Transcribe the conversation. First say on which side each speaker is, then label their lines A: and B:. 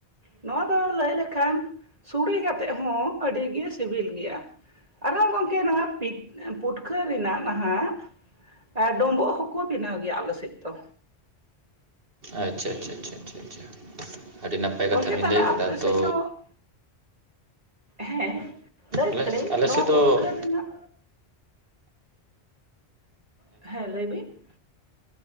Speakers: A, on the right; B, on the right.
A: ᱱᱚᱣᱟ ᱫᱚ ᱞᱟᱹᱭ ᱞᱮᱠᱷᱟᱱ ᱥᱩᱲᱮ ᱠᱟᱛᱮᱜ ᱦᱚᱸ ᱟᱹᱰᱤ ᱜᱮ ᱥᱮᱵᱮᱞ ᱜᱮᱭᱟ᱾ ᱟᱨᱦᱚᱸ ᱜᱚᱝᱠᱮ ᱱᱚᱣᱟ ᱯᱤ ᱯᱩᱴᱠᱷᱟᱹ ᱨᱮᱱᱟᱜ ᱱᱟᱦᱟᱜ ᱮᱹ ᱰᱳᱵᱳᱜ ᱦᱚᱸᱠᱚ ᱵᱮᱱᱟᱣ ᱜᱮᱭᱟ ᱟᱞᱮ ᱥᱮᱡ ᱫᱚ᱾
B: ᱟᱪ-ᱪᱷᱟ ᱟᱪ-ᱪᱷᱟ ᱪᱷᱟ ᱪᱷᱟ ᱪᱷᱟ ᱟᱹᱰᱤ ᱱᱟᱯᱟᱭ
A: ᱜᱚᱝᱠᱮ
B: ᱠᱟᱛᱷᱟ ᱵᱤᱱ
A: ᱛᱟᱦᱚᱞᱮ
B: ᱞᱟᱹᱭ ᱠᱟᱫᱟ,
A: ᱟᱯᱮ ᱥᱮᱫ
B: ᱛᱚ
A: ᱫᱚ ᱦᱮᱸ ᱞᱟᱹᱭ
B: ᱟᱞᱮ
A: <unintelligible>
B: ᱟᱞᱮ
A: ᱱᱚᱣᱟ
B: ᱥᱮᱫ ᱫᱚ
A: ᱯᱩᱴᱠᱟᱹ ᱨᱮᱱᱟᱜ ᱦᱮᱸ ᱞᱟᱹᱭ ᱵᱤᱱ᱾